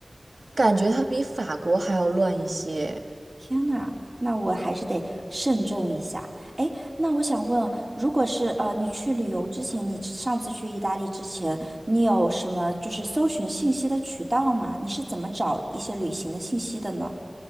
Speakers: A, on the right (about 60°); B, on the right (about 20°).
A: 感觉它比法国还要乱一些。
B: 天呐，那我还是得慎重一下。哎，那我想问，如果是呃你去旅游之前，你上次去意大利之前，你有什么就是搜寻信息的渠道吗？你是怎么找一些旅行的信息的呢？